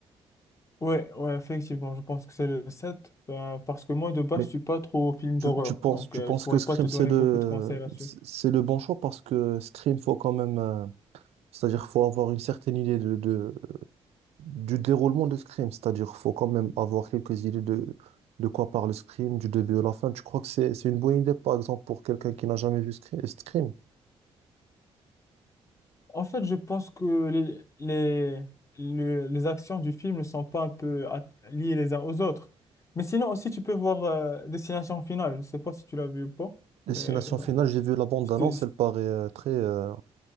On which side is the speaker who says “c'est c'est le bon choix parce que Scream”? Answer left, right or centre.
Right